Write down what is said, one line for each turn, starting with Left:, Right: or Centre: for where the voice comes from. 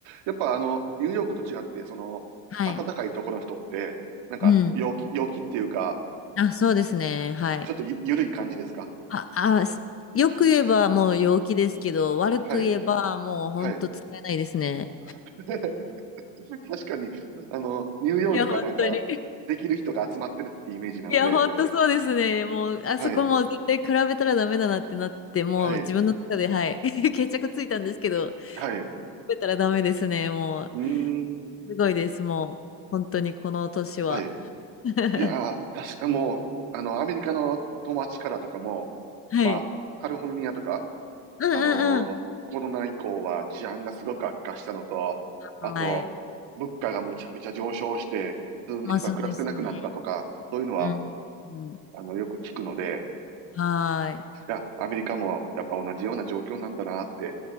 Right: やっぱあの、ニューヨークと違って、その、
Left: はい。
Right: 暖かいとこの人って、なんか、
Left: うん。
Right: 陽気、陽気っていうか、
Left: あ、そうですね。はい。
Right: ちょっとゆ、ゆるい感じですか
Left: あ、あ、すよく言えばもう陽気ですけど、悪く言えばもうほんと使えないですね。
Right: はい。はい。<laughs> 確かに、あの、ニューヨークはなんか、
Left: いや、本当に。<laughs>
Right: できる人が集まってるっていうイメージなので、
Left: いや、本当そうですね。もう、あそこもう絶対比べたらダメだなってなって、
Right: はい。
Left: もう自分の中で、
Right: はい。
Left: はい、<laughs> 決着ついたんですけど、比
Right: はい。う
Left: べたらダメですね。もう、
Right: ーん。
Left: すごいです。もう、本当にこの年は。
Right: はい。
Left: <laughs>
Right: いやー、確か、もう、あの、アメリカの友達からとかも、
Left: はい。
Right: まあ、カリフォルニアとか、
Left: うんうん
Right: あのーコロナ以降は治安がすごく悪化したのと、あと、
Left: うん。はい。
Right: 物価がむちゃくちゃ上昇して、普通の人が暮らせなくなったとか、
Left: まあそうですね。
Right: そういうのは、
Left: うん。うん
Right: あの、よく聞くので、
Left: はい。
Right: いや、アメリカもやっぱ同じような状況なんだなって、